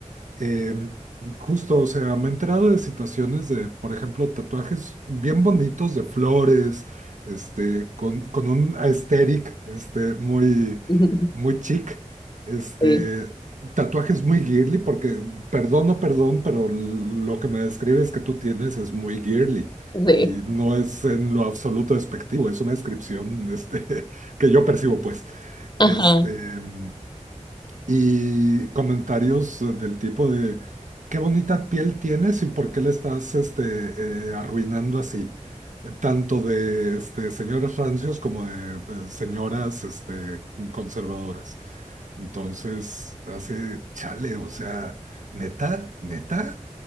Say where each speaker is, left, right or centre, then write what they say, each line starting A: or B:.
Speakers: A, on the right; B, on the left.
A: Eh, justo, o sea, me he enterado de situaciones de, por ejemplo, tatuajes bien bonitos de flores, este, con, con un aesthetic, este, muy,
B: <laughs>
A: muy chic, este,
B: Sí,
A: tatuajes muy girly, porque, perdón o perdón, pero l- lo que me describes que tú tienes es muy girly.
B: sí.
A: Y no es en lo absoluto despectivo, es una descripción, este, <laughs> que yo percibo, pues.
B: Ajá.
A: Este, em, y comentarios eh, del tipo de qué bonita piel tienes y por qué la estás este, eh, arruinando así, Eh, tanto de este, señoras rancios como de eh, señoras este, conservadoras. Entonces, hace chale, o sea, neta, neta,